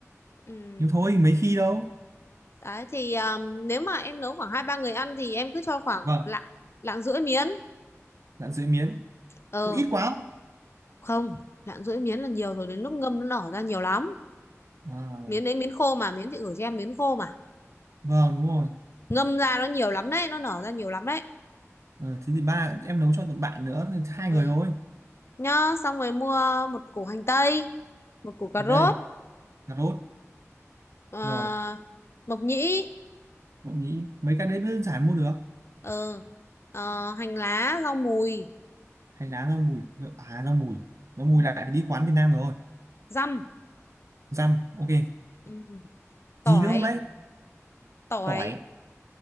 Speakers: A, on the left; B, on the right.
A: ừ
B: nhưng thôi mấy khi đâu
A: đấy thì um, nếu mà em nấu khoảng hai ba người ăn thì em cứ cho khoảng
B: vâng
A: lạng lạng rưỡi miến
B: dạ dưới miến
A: ờ
B: cũng ít quá không?
A: không lạng rưỡi miến là nhiều rồi đến lúc ngâm nó nở ra nhiều lắm
B: à,
A: miến đấy miến khô mà miến chị gửi cho em miến khô mà
B: vâng đúng rồi
A: ngâm ra nó nhiều lắm đấy nó nở ra nhiều lắm đấy
B: Ờ, thế thì ba em nấu cho tụi bạn nữa thì hai
A: ừ.
B: người thôi
A: nhá xong rồi mua một củ hành tây một củ cà
B: hành
A: rốt
B: tây cà rốt
A: ờ,
B: rồi
A: mộc nhĩ
B: bỗng nhĩ mấy cái đấy đơn giản mua được
A: ờ, ờ, hành lá rau mùi
B: hay lá rau mùi à rau mùi rau mùi
A: ừ,
B: lại phải đi quán Việt Nam rồi
A: dăm
B: dăm ok
A: ừ, tỏi
B: gì nữa không đấy
A: tỏi
B: tỏi